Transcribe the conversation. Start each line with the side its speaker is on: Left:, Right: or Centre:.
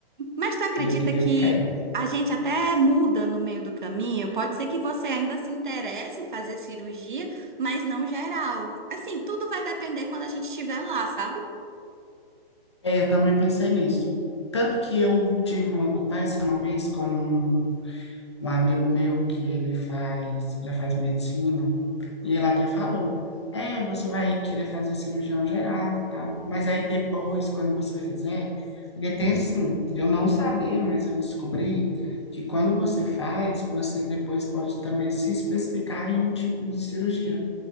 Right: Mas tu acredita
Left: E eu digo,
Right: que
Left: eu quero.
Right: a gente até muda no meio do caminho? Pode ser que você ainda se interesse em fazer cirurgia, mas não geral. Assim, tudo vai depender quando a gente estiver lá, sabe?
Left: É, eu também pensei nisso. Tanto que eu tive uma conversa uma vez com um um amigo meu que ele faz, já faz medicina, e ele até falou, é, você vai querer fazer cirurgião geral e tal, mas aí depois, quando você fizer, porque tem assim, eu não sabia, mas eu descobri que quando você faz, você depois pode também se especificar em um tipo de cirurgia.